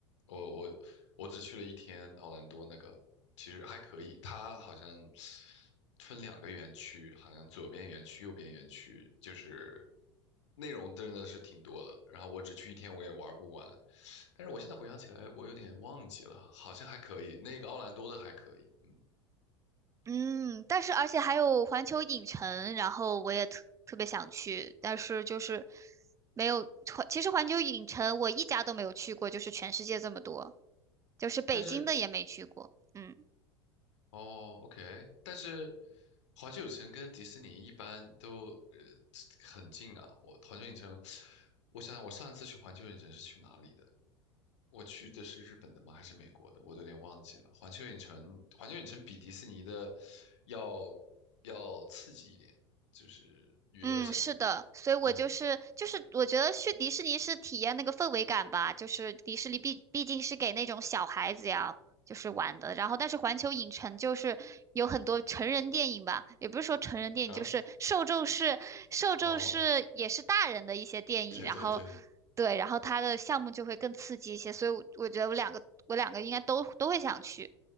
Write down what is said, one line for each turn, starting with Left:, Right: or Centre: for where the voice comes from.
Left: 我我我只去了一天奥兰多那个，其实还可以。它好像分两个园区，好像左边园区、右边园区，就是内容真的是挺多的。然后我只去一天，我也玩不完。但是我现在回想起来，我有点忘记了，好像还可以。那个奥兰多的还可以，嗯
Right: 嗯，但是而且还有环球影城，然后我也特特别想去，但是就是没有环。其实环球影城我一家都没有去过，就是全世界这么多，就是北京的也没去过。
Left: 但是
Right: 嗯。
Left: 哦，OK，但是环球影城跟迪士尼一般都呃很近啊。我环球影城，我想想，我上一次去环球影城是去哪里的？我去的是日本的吗？还是美国的？我都有点忘记了。环球影城，环球影城比迪士尼的要要刺激一点，就是娱乐项目。
Right: 嗯，是的，所以我就是就是，
Left: 嗯
Right: 我觉得去迪士尼是体验那个氛围感吧，就是迪士尼毕毕竟是给那种小孩子呀，就是玩的。然后，但是环球影城就是有很多成人电影吧，也不是说成人电影，
Left: 啊，
Right: 就是受众是受众是也是大人的一些电影。
Left: <laughs> 哦，对对对，
Right: 然后，对，然后它的项目就会更刺激一些，所以我我觉得我两个我两个应该都都会想去。